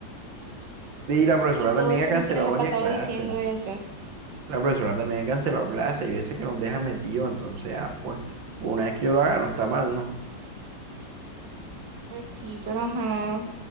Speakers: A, on the right; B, on the right.
A: Y la profesora
B: Y
A: también
B: todo el
A: ha
B: semestre
A: cancelado
B: te lo has
A: varias
B: pasado
A: clases.
B: diciendo eso.
A: La profesora también ha cancelado clase y veces que nos deja metido entonces, ah, pues, pues una vez que yo lo haga, no está mal, ¿no?
B: Pues sí, pero ajá,